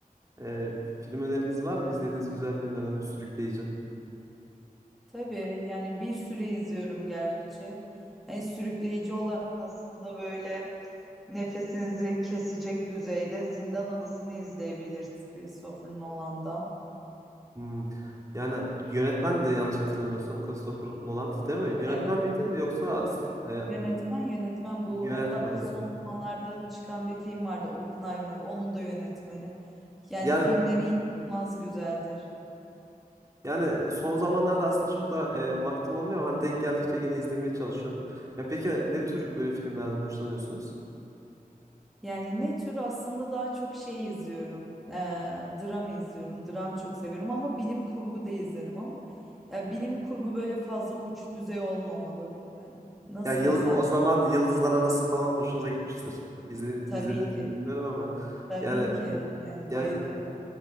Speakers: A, on the right (about 20°); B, in the centre.
A: Ee, film öneriniz var mı? İzlediğiniz güzel filmlerden bir sürükleyici.
B: Tabii yani bir süre izliyorum gerçi. Yani sürükleyici olarak aslında böyle nefesinizi kesecek düzeyde Zindan Adası'nı izleyebilirsiniz Christopher Nolan'dan.
A: Hmm. Yani yönetmen de yanlış hatırlamıyorsam Christopher Nolan değil mi? Yönetmen
B: Evet,
A: miydi yoksa aksi e,
B: yönetmen yönetmen bu.
A: yönetmen
B: Hatta son
A: değil mi?
B: zamanlarda çıkan bir film vardı Oppenheimer, onun da yönetmeni. Yani
A: Yani
B: filmleri inanılmaz güzeldir.
A: Yani son zamanlarda aslında çok da e, vaktim olmuyor ama hani denk geldikçe yine izlemeye çalışıyorum. Ya peki ne tür böyle filmlerden hoşlanıyorsunuz?
B: Yani ne tür aslında daha çok şey izliyorum. eee, dram izliyorum. Dram çok severim ama bilim kurgu da izlerim ama ya bilim kurgu böyle fazla uç düzey olmamalı. Yani nasıl
A: Ya yıl
B: desem
A: o zaman Yıldızlar Arası falan hoşunuza gitmiştir. İzledi-
B: tabii
A: izlediniz
B: ki.
A: mi bilmiyorum ama
B: Tabii
A: yani
B: ki yani
A: yani
B: bayılırım.